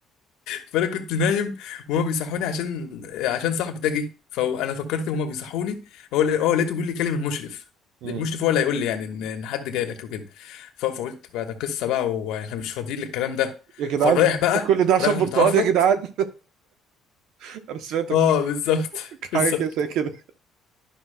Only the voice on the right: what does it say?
مم.
يا جدعان
ده كل ده عشان
برتقال يا جدعان <laughs> انا سمعتك
حاجه كده زي كده